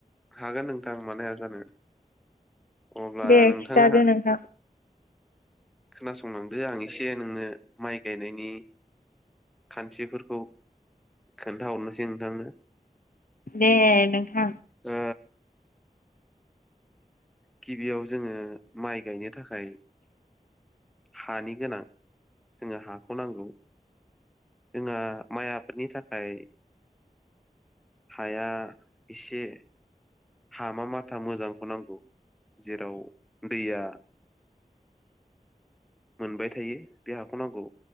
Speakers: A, in the centre; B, on the left.
A: हागोन नोंथां मानो हाया जानो। अब्ला
B: दे
A: नोंथाङा
B: खिथादो नोंथां।
A: खोनासंलांदो आं एसे नोंनो माइ गायनायनि खान्थिफोरखौ खोन्थाहरनोसै नोंथांनो।
B: दे नोंथां।
A: ओ गिबियाव जोङो माइ गायनो थाखाय हानि गोनां जोंनो हाखौ नांगौ। जोंहा माइ आबादनि थाखाय हाया एसे हामा माथा मोजांखौ नांगौ जेराव दैया मोनबाय थायो बे हाखौ नांगौ